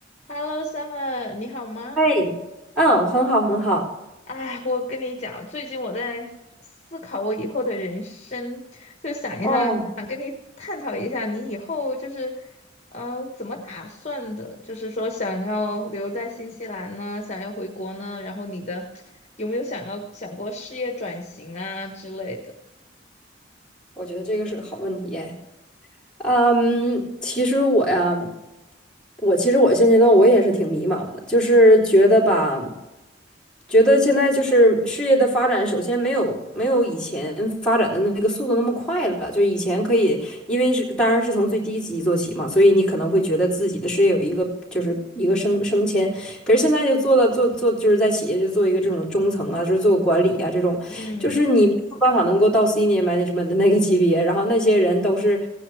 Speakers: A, on the left; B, in the centre.
A: Hello Summer，你好吗？
B: 哎，嗯，很好，很好。
A: 哎，我跟你讲，最近我在思考我以后的人生，就想一下，
B: 哦，
A: 想跟你探讨一下，你以后就是，呃，怎么打算的？就是说，想要留在新西兰呢，想要回国呢，然后你的有没有想要想过事业转型啊之类的？
B: 我觉得这个是个好问题哎。嗯，其实我呀，我其实我现阶段我也是挺迷茫的，就是觉得吧，觉得现在就是事业的发展，首先没有没有以前发展的那个速度那么快了。就以前可以，因为是当然是从最低级做起嘛，所以你可能会觉得自己的事业有一个就是一个升升迁。可是现在就做到做做就是在企业就做一个这种中层啊，就是做管理啊这种，
A: 嗯
B: 就是你没有办法能够到 senior management 的那个级别，然后那些人都是。